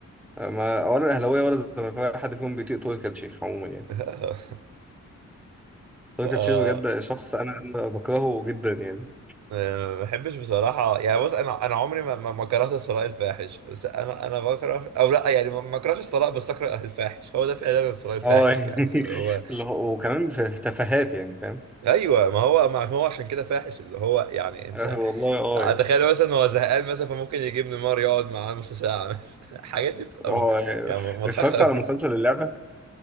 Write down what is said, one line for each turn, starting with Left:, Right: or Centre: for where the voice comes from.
Centre: ما ولا الاهلاويه ولا الزملكاويه حد فيهم بيطيق تركي آل الشيخ عموما يعني
Right: <laughs>
Centre: تركي
Right: آه،
Centre: آل الشيخ بجد شخص انا أنا بكرهه جدا يعني
Right: ما بحبش بصراحة يعني بص أنا أنا عمري ما ما ما كرهت الثراء الفاحش بس أنا أنا بكره أو لا يعني ما ما كرهتش الثراء بس أكره الفاحش هو ده فعلا الثراء الفاحش
Centre: اه يعني
Right: يعني اللي هو
Centre: <laughs> اللي هو- وكمان في في تفاهات يعني فاهم
Right: ايوه ما هو ما هو عشان كده فاحش اللي هو يعني انت
Centre: آه والله اه يعني
Right: تخيل مثلا هو زهقان مثلا فممكن يجيب نيمار يقعد معاه نص ساعه مثلا <laughs> الحاجات دي بتبقى
Centre: اه
Right: م-
Centre: يعني.
Right: يعني مضحكه
Centre: اتفرجت
Right: قوي
Centre: على مسلسل اللعبه